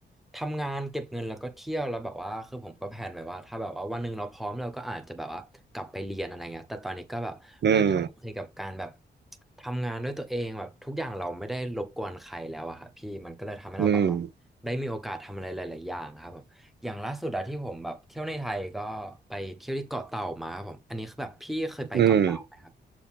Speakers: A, in the centre; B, on the right (about 70°).
A: ทำงานเก็บเงินแล้วก็เที่ยวแล้วแบบว่าคือผมก็แผนไว้ว่าถ้าแบบว่าวันหนึ่งเราพร้อมเราก็อาจจะแบบว่ากลับไปเรียนอะไรเงี้ยแต่ตอนนี้ก็แบบเรายังโอเคกับการแบบ
B: อืม
A: ทำงานด้วยตัวเองแบบทุกอย่างเราไม่ได้รบกวนใครแล้วอะค่ะพี่มันก็เลยทำให้เราแบบว่า
B: อืม
A: ได้มีโอกาสทำอะไรหลายๆอย่างครับผมอย่างล่าสุดอะที่ผมแบบเที่ยวในไทยก็ไปเที่ยวที่เกาะเต่ามาครับผมอันนี้คือแบบพี่เคยไปเกาะเต่าไหมครับ
B: อืม